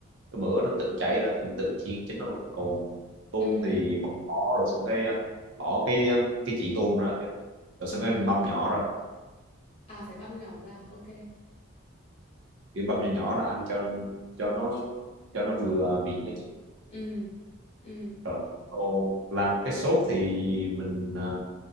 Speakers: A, on the right; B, on the left.
A: cái mỡ nó tự chảy ra thì tự chiên chính nó luôn còn tôm
B: Ừ,
A: thì bỏ rồi xong cái uh, bỏ cái um, cái chỉ tôm ra kìa rồi xong cái mình
B: ừ.
A: băm nhỏ ra
B: À, phải băm nhỏ ra, ok.
A: kiểu băm nhỏ nhỏ ra ăn cho cho nó cho nó vừa miệng cái chị
B: Ừ, ừ,
A: rồi còn làm cái sốt thì mình à,